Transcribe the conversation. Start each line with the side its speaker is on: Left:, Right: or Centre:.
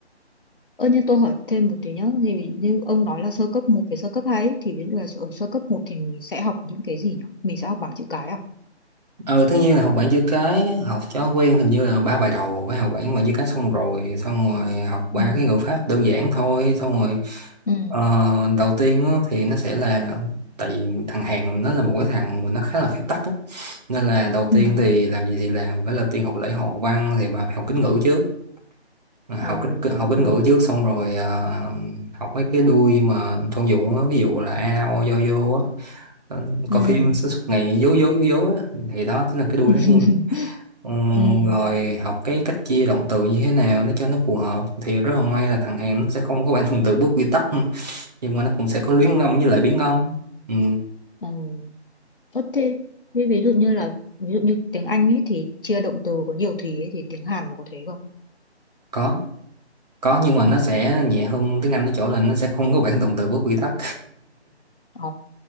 Left: Ơ như tôi hỏi thêm một tí nhá, thì như ông nói là sơ cấp một với sơ cấp 2 ấy, thì ví dụ là ở sơ cấp một thì mình sẽ học những cái gì nhỉ? Mình sẽ học bảng chữ cái à?
Right: ừ tất nhiên là học bảng chữ cái học cho quen hình như là ba bài đầu phải học bảng bảng chữ cái xong rồi xong rồi học
Left: Ừ.
Right: ba cái ngữ pháp đơn giản thôi xong rồi
Left: ừ
Right: ờ, đầu tiên á, thì nó sẽ là tại vì thằng Hàn nó là một cái thằng mà nó khá là phép tắc á. nên là đầu
Left: ừ
Right: tiên thì làm gì thì làm phải là tiên học lễ học văn thì bà phải học kính ngữ trước. à,
Left: ồ
Right: học kính học kính
Left: ừ
Right: ngữ trước xong rồi ờ, học mấy cái đuôi mà thông dụng á, ví dụ là a o do vô á Ờ,
Left: ừ
Right: coi phim suốt suốt ngày dố dố dố dố đó. thì đó chính là cái đuôi
Left: <laughs>
Right: nó hiên Ừ,
Left: ừ
Right: rồi học cái cách chia động từ như thế nào để cho nó phù hợp thì rất là may là thằng Hàn nó sẽ không có bản thuần từ bước quy tắc nhưng mà nó cũng sẽ có luyến
Left: ồ
Right: âm với lại biến âm ừ,
Left: ồ Ơ thế thế ví dụ như là ví dụ như tiếng Anh ấy thì chia động từ có nhiều thùy ấy thì tiếng Hàn nó có thế không
Right: có có nhưng mà nó
Left: ừ
Right: sẽ nhẹ hơn tiếng Anh ở chỗ là nó sẽ không có bản thuần từ bước quy tắc
Left: ồ